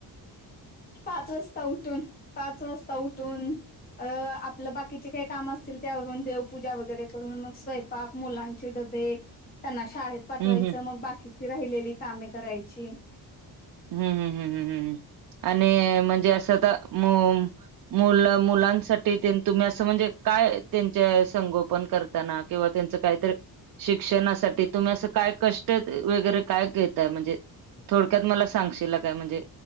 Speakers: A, on the left; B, on the right.
A: पाच वाजता उठून, पाच वाजता उठून अ आपलं बाकीचे काही काम असतील ती आ, देवपूजा वगैरे करून, मग स्वय पाक, मुलांचे डबे, त्यांना शाळेत पठवायचं,
B: हम्म
A: मग बाकीची राहिलेली कामे करायची.
B: हम्म हम् हम्म हम्म हम् आणि म्हणजे असं आता म मुल मुलांसाठी ते न तुम्ही असं म्हणजे काय त्यांच्या संगोपन करताना, किंवा त्यांच काहीतर शिक्षणासाठी तुम्ही अस काय कष्ट वगैरे काय घेताय, म्हणजे थोडक्यात मला सांगशीला काय? म्हणजे